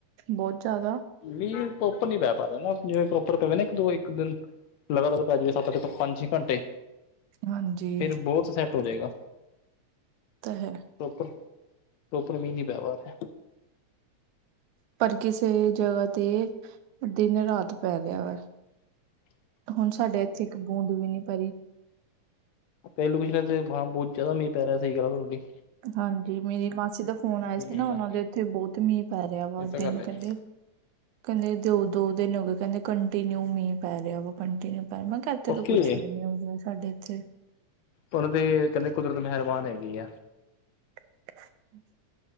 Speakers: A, on the right (about 85°); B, on the left (about 75°).
A: ਬਹੀਤ ਜਾਦਾ।
B: ਮੀਂਹ ਪ੍ਰੋਪਰ ਨੀ ਪੈ ਪਾ ਰਿਆ ਨਾ ਜਿਵੇਂ ਪ੍ਰੋਪਰ ਪਵੇ ਨਾ ਇੱਕ ਦੋ ਇੱਕ ਦਿਨ। ਲਗਾਤਾਰ ਪੈ ਜਾਵੇ ਸੱਤ ਪੰਜ-ਛੇ ਘੰਟੇ
A: ਹਾਂਜੀ
B: ਫਿਰ
A: ਇਹ
B: ਬੋਤ ਸੈੱਟ ਹੋਜੇਗਾ
A: ਤਾਂ ਹੈ।
B: ਪ੍ਰੋਪਰ ਪ੍ਰੋਪਰ ਮੀਹ ਨਹੀਂ ਪੈ ਰਿਆ
A: ਪਰ ਕਿਸੇ ਜਗ੍ਹਾ ਤੇ ਦਿਨ ਰਾਤ ਪੈ ਰਿਆ ਵਾ
B: <unintelligible>
A: ਹੁਣ ਸਾਡੇ ਇੱਥੇ ਇੱਕ ਬੂੰਦ ਵੀ ਨੀ ਪੈਰੀ
B: ਪੇਲੂ ਕੁੱਛ ਨਾ ਤੇ ਹਾਂ ਬਾ ਬਹੁਤ ਜਾਦਾ ਮੀਂਹ ਪੈ ਰਿਹਾ ਸਈ ਗੱਲ ਆ ਥੋੜੀ।
A: ਹਾਂਜੀ। ਮੇਰੀ ਮਾਸੀ ਦਾ ਫੋਨ ਆਇਆ ਸੀ
B: ਹੈਗਾ
A: ਓਨਾ ਦੇ ਉਥੇ ਬਹੀਤ ਮੀਂਹ ਪੈ ਰਿਹਾ ਵਾ
B: ਇਹ ਤਾਂ
A: ਦਿਨ
B: ਗੱਲ ਹੈਗੀ।
A: ਕੈਂਦੇ। ਕੈਂਦੇ ਦੋ ਦਿਨ ਹੋਗੇ ਕੈਦੇ ਕੰਟੀਨਿਊ ਮੀਂਹ ਪੈ ਰਿਹਾ ਕੰਟੀਨਿਊ ਪੈ ਰਿਹਾ ਮੈਂ ਕ ਏਥੇ
B: ਓਕੇ
A: ਤਾਂ ਕੁੱਛ ਵੀ ਨੀ ਹੋਗਾ ਸਾਡੇ ਏਥੇ।
B: ਹੁਣ ਤੇ ਕੇਂਦੇ ਕੁਦਰਤ ਮਿਹਰਬਾਨ ਹੈਗੀ ਆ।
A: <inaudible>